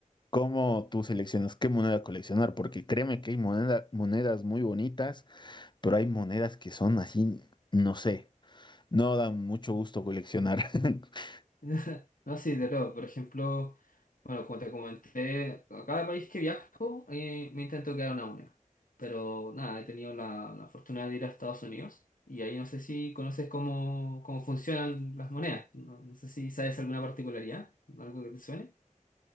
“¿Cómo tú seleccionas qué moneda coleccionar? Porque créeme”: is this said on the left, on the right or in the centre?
Left